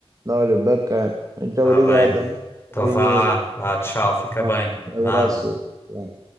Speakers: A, on the right; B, on the left.
A: Olha, bacana. Muito
B: Ah,
A: obrigado.
B: bem.
A: Ana.
B: Então
A: Anda
B: vá,
A: aí, Yuri.
B: vá, tchau, fica
A: Vá,
B: bem.
A: Um
B: Nada.
A: abraço. Yuri. Fica bem.